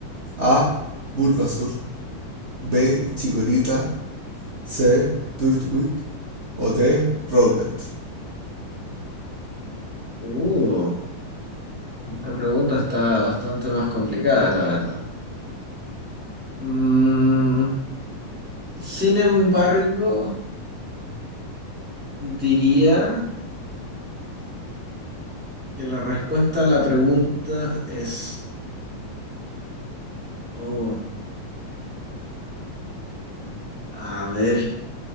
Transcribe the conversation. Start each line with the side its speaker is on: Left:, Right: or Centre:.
Right: A. Bulbasur, B. Chikorita, C. Turtwig o D. Rowlet.
Centre: Uh, esta pregunta está bastante más complicada, la verdad. Mm, sin embargo, diría que la respuesta a la pregunta es, oh, a ver,